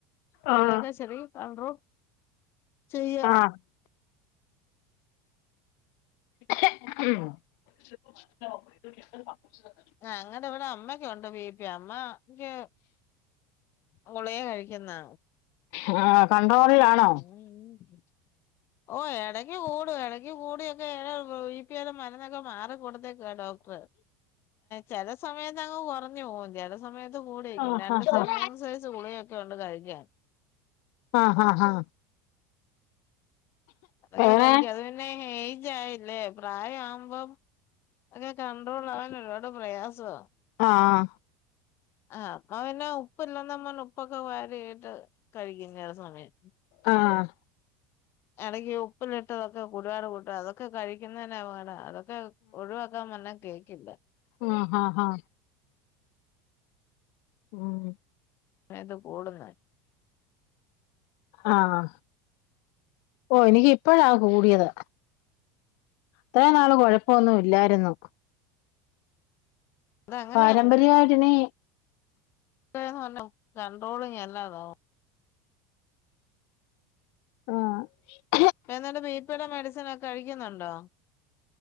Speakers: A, on the left (about 50°); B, on the left (about 65°).
A: കൊറയൊക്കെ
B: ആഹ്
A: ചെറീ കണ്ട്രോൾ ചെയ്യ
B: ആഹ് ഉം <inaudible>
A: ഞങ്ങടെവിടെ അമ്മക്കൊണ്ട് ബീ പി അമ്മ ൻക്ക് ഗുളിക കഴിക്കുന്നാ
B: ഹ്ആ കൺട്രോളിലാണോ?
A: <inaudible> ഓ എടക്ക് കൂടും. എടക്ക് കൂടിയൊക്കെ ബി പി എല്ലാം മന ന്നൊക്കെ മാറിക്കൊടുതേക്കുവാ ഡോക്ടർ. ചെല സമയത്തങ്ങ് കൊറഞ്ഞു പോവും ചെല സമയത്ത് കൂടിനിക്കും.
B: ആഹ്
A: രണ്ട് സൈ
B: ആഹ്
A: മൂന്ന് സൈസ് ഗുളിയൊക്കെയുണ്ട് കഴിക്കാൻ
B: ആഹ് ഹാ ഹാ
A: അതിന
B: വേറെ
A: കഴിക്ക അത് പിന്നെ ഹേജായില്ലേ പ്രായ ആവുമ്പം അക്കെ കണ്ട്രോൾ ആവാൻ ഒരുപാട് പ്രയാസവാ
B: ആഹ്
A: ആഹ് അപ്പ പിന്നെ ഉപ്പില്ലെന്നും പർഞ് ഉപ്പൊക്കെ വാരിയിട്ട് കഴിക്കും ചെല സമയം
B: ആഹ്
A: എടയ്ക്കി ഉപ്പിലിട്ടതൊക്കെ കുടിവാട് കൂട്ട അതൊക്കെ കഴിക്കുന്നതന്നെഅപകടവാ. അതൊക്കെ ഒഴിവാക് ക്കാൻ പർഞ്ഞ കേക്കില്ല
B: ഓ അഹാഹാ ഉം
A: പ്പയാത് കൂടുന്നെ
B: ആഹ് ഓ എനിക്ക് ഇപ്പഴാ കൂടിയത് ത്രേം നാള് കൊഴപ്പൊന്നും ഇല്ലായിരുന്നു
A: അതങ്ങനെയാ
B: പാരമ്പര്യമായിട്ടിനി
A: ഇ പറഞ്ഞോ രണ്ടോടും ല്ലാതോ
B: ഉം
A: പ്പ എന്നിട്ട് ബിപിടെ മെഡിസിനൊക്കെ കഴിക്കുന്നുണ്ടോ